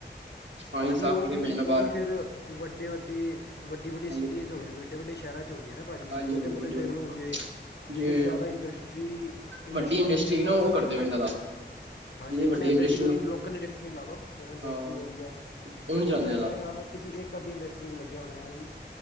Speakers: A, on the right (about 85°); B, on the left (about 65°).
A: ਪਾਣੀ
B: ਭਾਜੀ
A: ਸਾਫ਼
B: ਉਹ
A: ਕਰਕੇ
B: ਵੀ,
A: ਭੇਜਣਾ
B: ਉਹ
A: ਬਾਹਰ
B: ਵੀ ਫਿਰ ਵੱਡੇ-ਵੱਡੇ, ਵੱਡੀ-ਵੱਡੀ
A: ਹਾਂਜੀ
B: ਸਿਟੀਜ਼ ਹੋਵੇ ਵੱਡੇ-ਵੱਡੇ ਸ਼ਹਿਰਾਂ ਚੋਰੀ ਐ ਨਾ ਭਾਜੀ
A: ਹਾਂਜੀ
B: ਛੋਟੇ-ਮੋਟੇ
A: ਹਾਂਜੀ ਵੱਡੇ ਵੱਡੇ
B: ਦੇਖ ਲੋ ਜੇ ਜਿੱਥੇ
A: ਜੇ
B: ਜ਼ਿਆਦਾ ਇੰਡਰਸਟਰੀ ਇੰਡਸਟਰੀ
A: ਵੱਡੀ
B: ਏਰੀਆ ਮੰਨ
A: ਨਾ
B: ਲੋ
A: ਉਹ
B: ਸਾਡੇ
A: ਕਰਦੇ
B: ਆਪਣੇ
A: ਪਏ ਜ਼ਿਆਦਾ
B: ਹਾਂਜੀ
A: ਜਿਹਦੀ
B: ਆਪਣੇ
A: ਵੱਡੀ
B: ਇੱਧਰ
A: ਇੰਡਸਟਰੀ
B: ਦੀ ਕੋਈ ਲੋਕਲ ਇੰਡਸਟਰੀ ਲਾ ਲੋ ਇੰਡਸਟੀ
A: ਹਾਂ
B: ਏਰੀਆ।
A: ਉਹਨੂੰ ਚਲਾਉਂਦੇ
B: ਉਧਰ
A: ਜ਼ਿਆਦਾ
B: ਮੇਰੇ ਖ਼ਿਆਲ ਕਿਸੀ ਇੱਕ-ਅੱਧੀ ਇੰਡਸਟਰੀ ਚ ਲੱਗਿਆ ਹੋਣਾ ਐਵੀ।